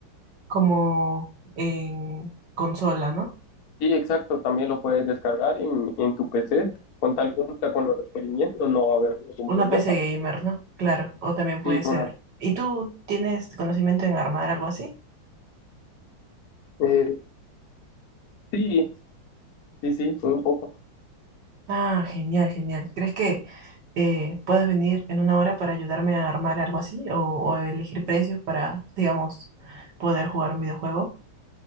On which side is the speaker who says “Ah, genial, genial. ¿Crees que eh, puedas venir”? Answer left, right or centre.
Right